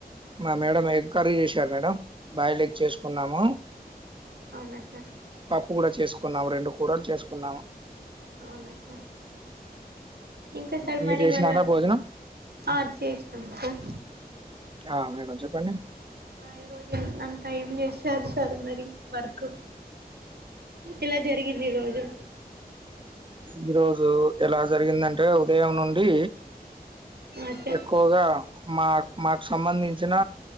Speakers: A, on the right; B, on the right.
A: మా మేడం ఎగ్ కర్రీ చేసారు మేడం బిల్డ్ ఎగ్ చేసుకున్నాము
B: అవునా సార్
A: పప్పు కూడా చేసుకున్నాము రెండు కూరా చేసుకున్నాము
B: అవునా సార్ ఇంకా సార్
A: మీరు
B: మరి
A: చేసినారా
B: ఇవాళ
A: భోజనం
B: ఆ చేసినామ్ సార్
A: ఆ మేడం చెప్పండి
B: ఈ రోజు అంతా ఏం చేశారు సార్ మరి వర్క్ ఇలా జరిగింది ఈ రోజు
A: ఈ రోజు ఎలా జరిగిందంటే ఉదయం నుండి
B: ఆ సార్
A: ఎక్కువగా మా మాకు సంబంధించి చ్చిన